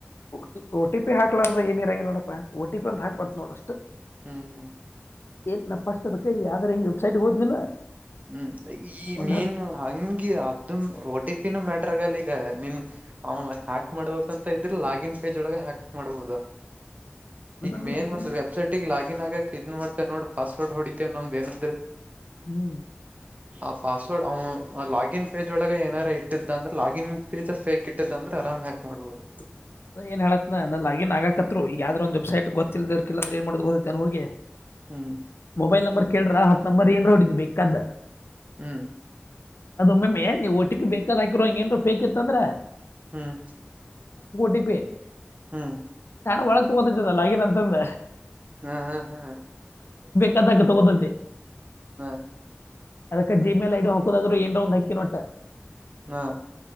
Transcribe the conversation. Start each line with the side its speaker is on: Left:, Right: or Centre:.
Left: ಟಿ ಒ ಟಿ ಪಿ ಹಾಕ್ಲಾರ್ದ ಏನಿರಂಗೆ ನೋಡಪ್ಪಾ ಒ ಟಿ
Right: ಹ್ಮ್
Left: ಪಿ ಅಂದು ಹಾಕ್ಬಾರತು ನೋಡಷ್ಟು
Right: ಹ್ಮ್
Left: ಏನ್ ನ ಪಸ್ಟ್ ಅದ ಕೈ ಯ್ರ ಹಿಂಗ್ ವಬ್ಸೈಟ್ ಹೋದ್ನಿಲ್ಲ
Right: ಹ್ಮ್ ಈ
Left: ಒಂದ್
Right: ನೀನು
Left: ಹತ್ತು
Right: ಹಂಗಗೆ ಅದ ಒಟ್ಟಿ ಮ್ಯಾಟ್ರರ್ ಆಗಲ್ಲ ಈಗ ನಿನ್ ಆನ್ಲನ್ ಹ್ಯಾಕ್ ಮಾಡ್ಬೇಕ ಅಂತ ಇದ್ರೆ ಲಾಗಿನ್ ಪೇಜ್ ಒಳಗ ಹ್ಯಾಕ್ ಮಾಡ್ಬೋುದು
Left: ಅರ್ಧನ್
Right: ಈಗ ಮೇನ್
Left: ಕೂಡ ಹಂಗೇನೆ
Right: ಒಂದು ವೆಬ್ಸೈಟಗ ಲಾಗಿನ್ ಆಗಕ್ ಇದ್ ಮಾಡ್ತ ನೋಡ ಪಾಸ್ವರ್ಡ್ ಹೊಡಿತೇವ ನಮ್ದ್ ಏನಾದ್ರೂ
Left: ಹ್ಮ್
Right: ಆ ಪಾಸ್ವರ್ಡ್ ಅವ್ನು ಲಾಗಿನ್ ಪೇಜ್ ಒಳಗ ಏನಾರ ಇಟ್ಟಿದ್ದ ಅಂದ್ರೆ ಲಾಗಿನ್ ಪೇಜ್ ಫೇಕ್ ಇಟ್ಟ್ದ ಅಂದ್ರೆ ಆರಾಮ್ ಯಾಕೆ ಮಾಡ್ಬೋದು
Left: ನ ಏನ್ ಹೇಳತ್ ನ ಅ ಆಗನ್ ಆಗಕತ್ರು ಈಗಾವದ್ರ ಒಂದು ವೆಬ್ಸೈಟ್ ಗತ್ತಿಲ್ಲದರ್ಿಲ್ಲ ಅ್ರ ಏನ್ ಮಾಡದು ಗೊತ್ತ ನ ಹೋಗಿ
Right: ಹ್ಮ್
Left: ಮೊಬೈಲ್ ನಂಬರ್ ಕೇಳ್ರ ಹತ್ ನಂಬರ್ ಏನ್ರ ಹೊಡಿದ್ದು ಬೇಕದ್ದ
Right: ಹ್ಮ್
Left: ಅದೊಮ್ಮಿ ನೀವು ಒಟ್ಟಿಗೆ ಬೇಕಾದ ಹಾಕಿರ ಹಂಗೇಏನ್ ಕ ಇತ್ತಂದ್ರೆ
Right: ಹ್ಮ್
Left: ಟಿ ಪಿ
Right: ಹ್ಮ್
Left: ಚಣ ಒಳಗ್ ತಗೋತದಲ್ಲಾಗಿನ್ ಅಂತಂದ
Right: ಹ್ಮ್ ಹ್ಮ್ ಹ್ಮ್
Left: ಕದಕ್ಕೆ ತಗೋತೆ
Right: ಹಾ
Left: ಅದಕ್ಕ ಜಿಮೇಲ್ ಐಡಿ ಹಾಕೋದಾದ್ರರು ಏನ್ರ ಒಂದು ಅಕ್ಕಿನೊಟ್ಟೆ
Right: ಹಾ